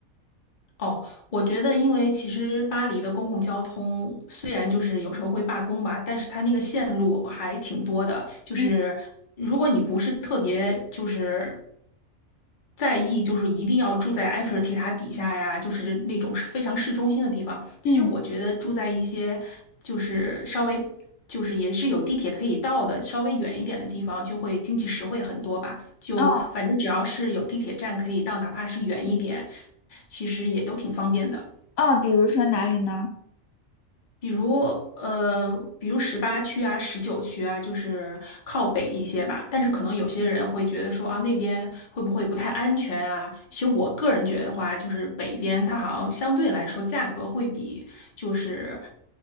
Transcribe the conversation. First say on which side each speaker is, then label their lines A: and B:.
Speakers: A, on the left; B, on the left.
A: 哦，我觉得，因为其实巴黎的公共交通虽然就是有时候会罢工吧，但是它那个线路还挺多的。就是如果你不是特别就是
B: 嗯
A: 在意，就是一定要住在埃菲尔铁塔底下呀，就是那种非常市中心的地方，其实我觉得住在一些就是稍微就是也是有地铁可以到的，
B: 嗯，
A: 稍微远一点的地方，就会经济实惠很多吧。就反正只要是有地铁站可以到，
B: 哦
A: 哪怕是远一点，其实也都挺方便的。
B: 哦，比如说哪里呢？
A: 比如呃，比如十八区啊、十九区啊，就是靠北一些吧。但是可能有些人会觉得说啊，那边会不会不太安全啊？其实我个人觉得话，就是北边它好像相对来说价格会比就是